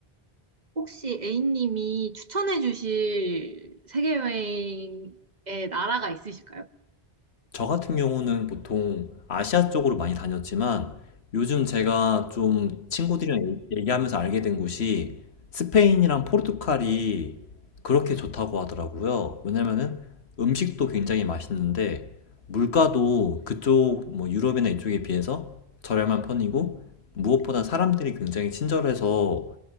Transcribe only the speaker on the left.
저 같은 경우는 보통 아시아 쪽으로 많이 다녔지만 요즘 제가 좀 친구들이랑 얘- 얘기하면서 알게 된 곳이 스페인이랑 포르투갈이 그렇게 좋다고 하더라고요. 왜냐면은 음식도 굉장히 맛있는데 물가도 그쪽 뭐 유럽이나 이쪽에 비해서 저렴한 편이고 무엇보다 사람들이 굉장히 친절해서